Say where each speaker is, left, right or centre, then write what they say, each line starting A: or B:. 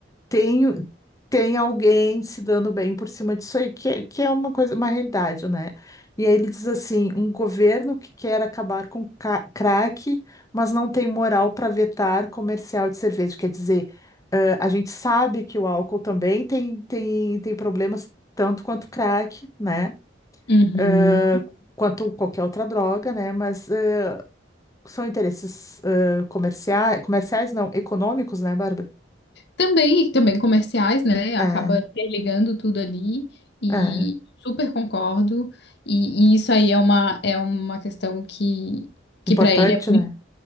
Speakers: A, on the left; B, on the left.
A: tem, tem alguém se dando bem por cima disso aí, que, é- que é uma coisa, uma realidade, né? E aí ele diz assim, um governo que quer acabar com ca- crack, mas não tem moral para vetar comercial de cerveja. Quer dizer, ãh, a gente sabe que o álcool também tem, tem, tem problemas, tanto quanto crack, né?
B: Uhum.
A: Ãh, quanto qualquer outra droga, né? Mas ãh, são interesses comerciais, comerciais não, econômicos, né, Bárbara?
B: Também, também comerciais, né? Acaba
A: É,
B: interligando tudo ali e
A: é.
B: super concordo. E, e isso aí é uma, é uma questão que, que
A: Importante,
B: para ele é muito
A: né?